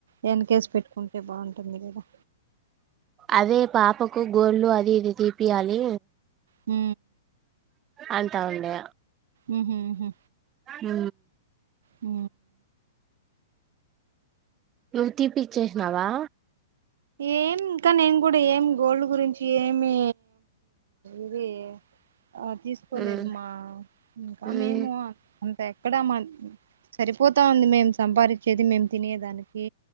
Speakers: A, on the right; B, on the right.
A: వెనకేసి పెట్టుకుంటే బాగుంటుంది మీరు గదా
B: అదే పాపకు గోళ్ళు అది ఇది తీపియాలి
A: ఊ
B: అంతా ఉండే
A: ఉ హు ఉహు
B: ఊ
A: ఊ
B: నువ్వు తీపిచ్చేసినావా
A: ఏం ఇంకా నేను గూడా ఏం గోల్డ్ గురించి ఏమి ఇది ఆ తీసుకోలేదు
B: ఉమ్
A: మా ఇంకా
B: ఉమ్
A: మేము అంత ఎక్కడా మా సరిపోతా ఉంది మేము సంపాదించేది మేము తినేదానికి